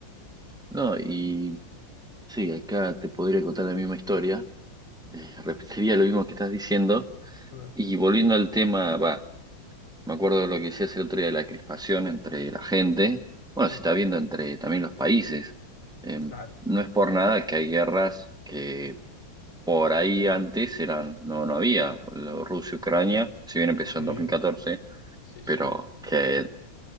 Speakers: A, in the centre; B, on the left.
A: No, y sí, acá te podría contar la misma historia, eh, <laughs> repetiría lo mismo que estás diciendo,
B: Claro,
A: y volviendo al tema, va. Me acuerdo de lo que decías el otro día de la crispación entre la gente. Bueno,
B: Mm,
A: se está viendo entre también los países. Eh,
B: claro.
A: no es por nada que hay guerras que por ahí antes eran, no, no había. Lo- Rusia-Ucrania, si bien empezó
B: sí,
A: en dos mil catorce,
B: sí,
A: pero
B: sí.
A: que,